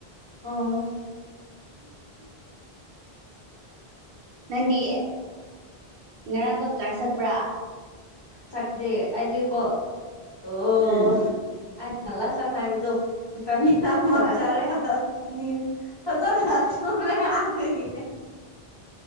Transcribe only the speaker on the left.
ꯑ
ꯆꯠꯗꯦ ꯍꯥꯏꯗꯤ ꯀꯣ ꯑꯣ
ꯉꯂ ꯆꯪ ꯍꯥꯏꯥꯏꯕꯗꯣ ꯀꯅꯤꯅ ꯃ
ꯆꯥꯔꯦ ꯍꯥꯠꯇꯨꯅꯤ ꯐꯖꯅ ꯍꯥꯇꯦ ꯀꯅꯦ